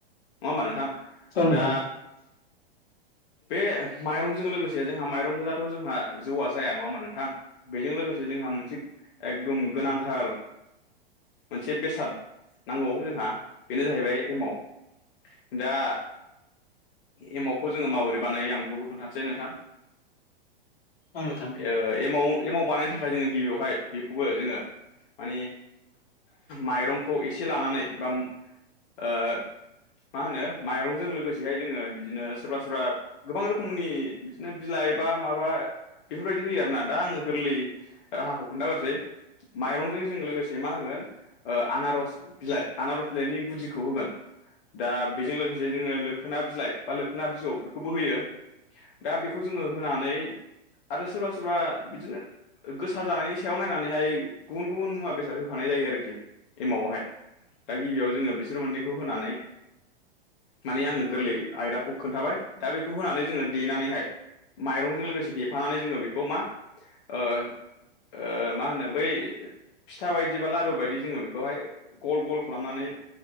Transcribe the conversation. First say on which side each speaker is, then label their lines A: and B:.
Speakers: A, on the left; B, on the left.
A: नङा होमबा नोंथां
B: औ नोंथां
A: दा बे माइरंजों लोगोसे जोंहा माइरं गोजाथ' जोंहा जौआ जाया नङा मा नोंथां बेजों लोगोसे जोंहा मोनसे एकदम गोनांथार मोनसे बेसाद नांगौ जोंहा बेनो जाहैबाय एमाव। दा एमावखौ जोङो माबोरै बानायो आं बेखौबो खोन्थानोसै नोंथां।
B: औ नोंथां
A: ओ एमाव एमाव बानायनो थाखाय जोङो गिबियावहाय बेखौबो जोङो माने माइरंखौ एसे लानानै बा ओ मा होनो माइरंजों लोगोसेहाय जोङो बिदिनो सोरबा सोरबा गोबां रोखोमनि बिदिनो बिलाइ एबा माबा बेफोरबायदि होयो आरोना दा आङो गोरलै राहाखौ खोन्थागारसै माइरंजों जों लोगोसे मा होगोन ओ आनारस बिलाइ आनारस बिलाइनि गुदिखौ होगोन दा बेजों लोगो जे जोङो लोखोना बिलाइ बा लोखोना बिजौ बेखौबो होयो। दा बेखौ जोङो होनानै आरो सोरबा सोरबा बिदिनो गोसा जानायनि सायाव नायनानैहाय गुबुन गुबुन मुवा बेसाद होफानाय जायो आरोखि एमावआवहाय दा गिबियाव जोङो बिसोर मोननैखौ होनानै माने आङो गोरलै आयदाखौ खोन्थाबाय दा बेखौ होनानै जोङो देनानैहाय माइरंजों लोगोसे देफानानै जोङो बेखौ मा ओ ओ मा होनो बै फिथा बायदि बा लारु बायदि जोङो बेखौहाय गल गल खालामनानै